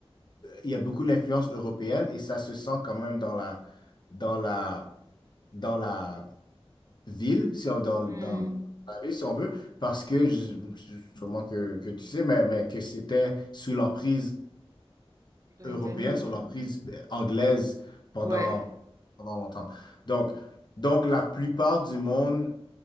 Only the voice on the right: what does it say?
Hmm.
Britannique.
Ouais.